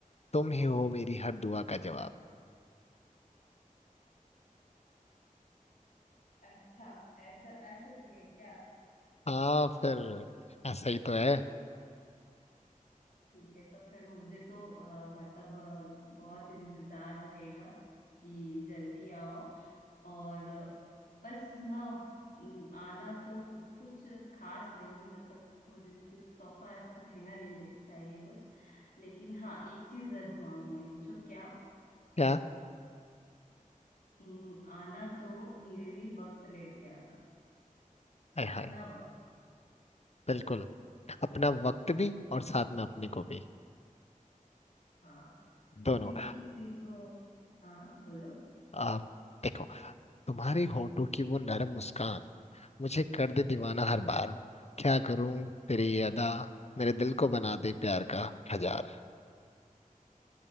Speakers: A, on the left; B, on the left.
A: तुम ही हो मेरी हर दुआ का जवाब
B: अच्छा ऐसा ऐसा भी है क्या
A: हाँ फिर ऐसा ही तो है
B: ठीक है तो फिर मुझे तो अ, मतलब अ, बहुत इंतजार रहेगा कि जल्दी आओ और बस ना न- आना तो कुछ खास नहीं मतलब मुझे कुछ तोहफा ऐसा महंगा नहीं दे चाहिए कुछ लेकिन हाँ एक चीज जरूर मांगूंगी पूछो क्या
A: क्या
B: न, आना तो मेरे लिए वक्त लेते आना
A: हाय
B: अपना
A: हाय
B: वक्त
A: बिल्कुल अपना वक्त भी और साथ में अपने को भी
B: हाँ
A: दोनों
B: क्योंकि देखो हाँ बोलो
A: आप देखो तुम्हारी होठों की वो नरम मुस्कान मुझे कर दे दीवाना हर बार क्या करूं तेरी ये अदा मेरे दिल को बना दे प्यार का हजार